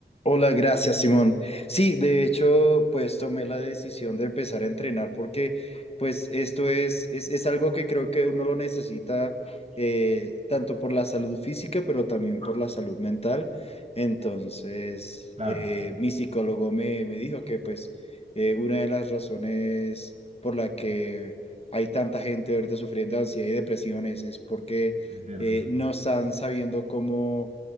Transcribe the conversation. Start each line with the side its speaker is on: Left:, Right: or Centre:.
Left: Hola, gracias, Simón. Sí, de hecho, pues tomé la decisión de empezar a entrenar porque, pues, esto es, es, es algo que creo que uno lo necesita eh, tanto por la salud física, pero también por la salud mental. Entonces,
Right: Claro.
Left: eh, mi psicólogo me, me dijo que, pues, eh, una de las razones por la que hay tanta gente ahorita sufriendo de ansiedad y depresiones es, es porque
Right: es verdad.
Left: eh, no están sabiendo cómo